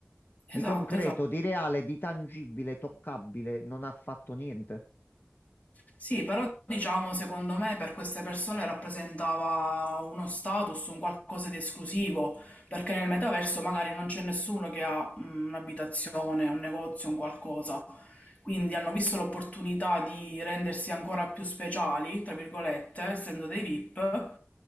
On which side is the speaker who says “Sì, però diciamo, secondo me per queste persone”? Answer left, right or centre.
Left